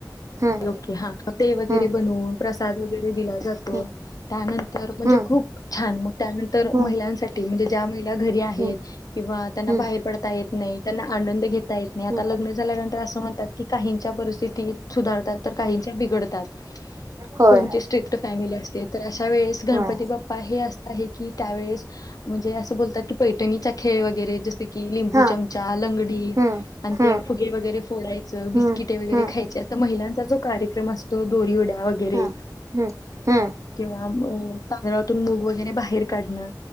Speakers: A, on the right (about 45°); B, on the left (about 55°).
A: हम्म
B: ओके हा, ते वगैरे
A: हम्म
B: बनवून प्रसाद वगैरे दिला जातो
A: हम्म
B: त्यानंतर म्हणजे,
A: हम्म
B: खूप छान मग त्यानंतर
A: हम्म
B: महिलांसाठी म्हणजे जा <unintelligible> या घरी आहे
A: हम्म
B: किंवा त्यांना
A: हम्म
B: बाहेर पडता येत नाही, त्यांना आनंद घेता येत नाही, आता
A: हम्म
B: लग्न झाल्यान म्हणतात की काहीच्या परिस्थिती सुधारतात तर काहींच्या बिघडतात.
A: होय
B: कोणती स्ट्रिक्ट फॅमिली अस ते <unintelligible> वेळेस गणपती
A: होय
B: बाप्पा हे अस हे की त्यावेळेस म्हणजे बोलतात की पैठणीचा खेळ वगैरे जस की लिंबू
A: हा
B: चमचा, लंगडी
A: हम्म
B: आणि
A: हम्म
B: ते फुगे वगैरे फोडायचं बिस्किटे
A: हम्म
B: वगैरे
A: हम्म
B: खायचे. महिलांचा जो कार्यक्रम असतो. तो दूरी उड्या. वगैरे
A: हा हम्म हम्म
B: किंवा तांदळात मूग वगैरे बाहेर काढणं